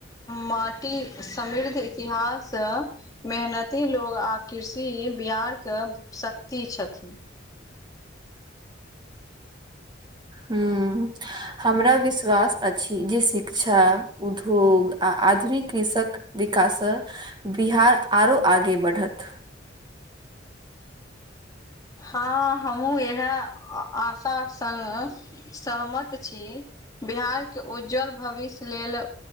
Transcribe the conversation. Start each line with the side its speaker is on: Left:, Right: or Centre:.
Left: माटी समृद्ध इतिहास मेहनती लोग आ कृषि बिहार कऽ शक्ति छथि
Right: हुँ हमरा विश्वास अछि जे शिक्षा उद्योग आ आधुनिक कृषक विकास बिहार आरो आगे बढ़त
Left: हँ हमहुँ इएह आशा सँ सहमत छी बिहार कऽ उज्ज्वल भविष्य लेल